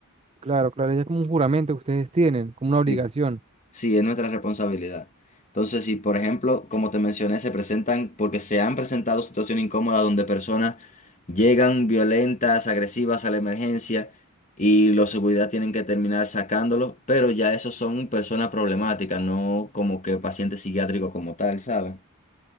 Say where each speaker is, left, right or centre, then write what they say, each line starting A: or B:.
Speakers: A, on the right; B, on the left.
A: claro, claro, ya es como un juramento que ustedes tienen, como
B: Sí.
A: una obligación.
B: Sí, es nuestra responsabilidad. Entonces, si por ejemplo, como te mencioné, se presentan, porque se han presentado situaciones incómodas donde personas llegan violentas, agresivas a la emergencia y los seguridad tienen que terminar sacándolos, pero ya esos son personas problemáticas, no como que pacientes psiquiátricos como tal, ¿sabes?